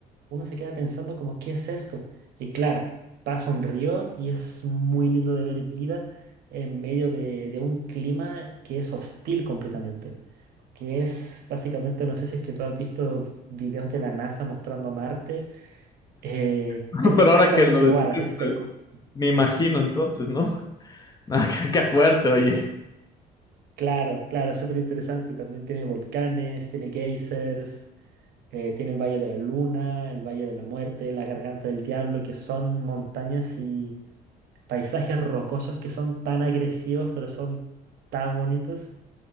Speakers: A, on the right; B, on the left.
A: uno se queda pensando como, ¿qué es esto? Y claro, pasa un río y es muy lindo de ver vida en medio de, de un clima que es hostil completamente, que es básicamente, no sé si es que tú has visto videos de la NASA mostrando Marte, eh,
B: <laughs>
A: es
B: Pero
A: exactamente
B: ahora que lo describes,
A: igual, así seco.
B: pues me imagino entonces, ¿no? <laughs> Ah, qué, qué fuerte, oye.
A: Claro, claro, es súper interesante. También tiene volcanes, tiene geysers. Eh, tiene el Valle de la Luna, el Valle de la Muerte, la Garganta del Diablo, que son montañas y paisajes rocosos que son tan agresivos, pero son tan bonitos.